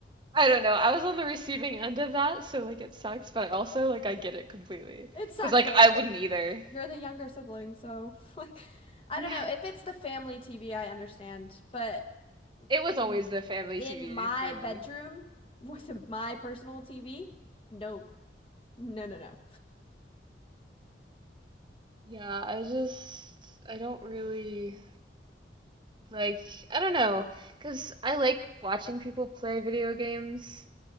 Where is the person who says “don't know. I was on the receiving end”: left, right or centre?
Right